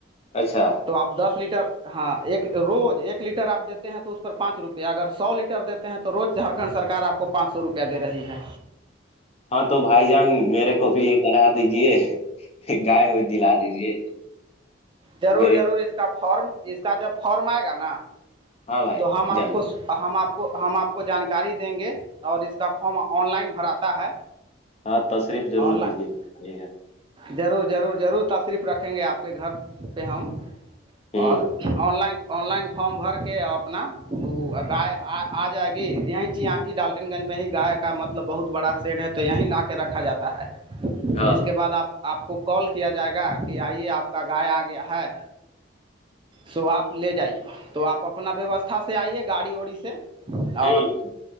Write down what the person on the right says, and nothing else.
تو آپ دس لیٹر ہاں ایک روز ایک لیٹر آپ دیتے ہیں تو اس پر پانچ روپئے اگر سو لیٹر دیتے ہیں تو روز جھارکھنڈ سرار آ کو پانچ سو روپ دے رہی ہے
ضرور
ضرور اس کا فارم اس کا جب فارم آئے گا نا
تو ہم آپ
کو ہم آپ کو ہم آپ کو جانکاری دیں گے اور اس کا فام آن لائن بھراتا ہے
آن لائن
ضرور ضرور ضرور تشریف رکھیں گے آپ کے گھر پہ ہم
اور online online form بھر کے اپنا گائے آ جائے گی یہیں چ آ کی ڈالٹن گنج میں ہی گائے کا مطلب بہت بڑا سیڈ ہے تو یہیں لا کے رکھا جاتا ہے
اس کے بعد آپ آپ کو کال کیا جائے گا کہ آئیے آپ کا گائے آ گیا ہے سو آپ لے جائیے تو آپ اپنا ویوستھا سے آئیے گاڑی ووڑی سے
اور